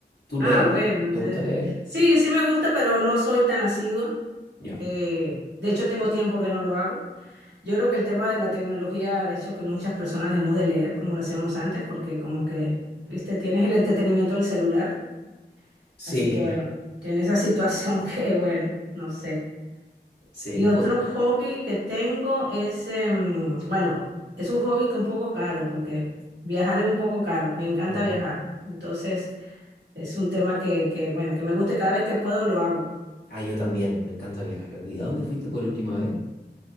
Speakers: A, on the left; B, on the right.
A: ¿Tú
B: Ah,
A: lees?
B: bueno,
A: ¿Te
B: sí,
A: gusta leer?
B: sí sí me gusta, pero no soy tan asidua.
A: Ya.
B: Eh, de hecho, tengo tiempo que no lo hago. Yo creo que el tema de la tecnología ha hecho que muchas personas dejemos de leer como lo hacíamos antes, porque como que, viste, tienes el entretenimiento del celular.
A: Sí,
B: Así que bueno, tiene esa situación <laughs> que bueno, no sé.
A: sí.
B: Y otro
A: Uy,
B: hobby que tengo es, em, bueno, es un hobby que un poco caro porque viajar es un poco caro. Me encanta
A: mm.
B: viajar. Entonces es un tema que, que bueno, que me gusta y cada vez que puedo lo hago.
A: Ah, yo también, me encanta viajar. ¿Y a dónde fuiste por última vez?